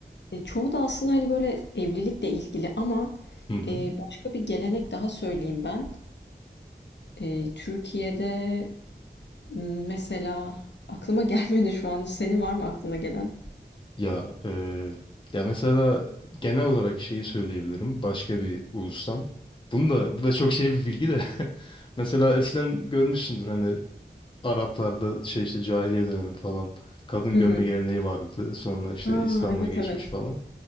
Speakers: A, on the left (about 85°); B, on the left (about 30°).
A: E, çoğu da aslında, hani, böyle, evlilikle ilgili ama,
B: Hı hı.
A: eee, başka bir gelenek daha söyleyeyim ben. Eee, Türkiye'de, ımm, mesela aklıma <laughs> gelmedi şu an. Senin var mı aklına gelen?
B: Ya, eee, ya mesela genel olarak şeyi söyleyebilirim. Başka bir ulustan. Bunu da, bu da çok şey bir bilgi de. <laughs> Mesela eskiden görmüşsündür hani Araplarda şey işte cahiliye dönemi falan kadın
A: Hı
B: gömme
A: hı.
B: geleneği vardı. Sonra işte
A: A!
B: İslam'la
A: Evet,
B: geçmiş
A: evet.
B: falan.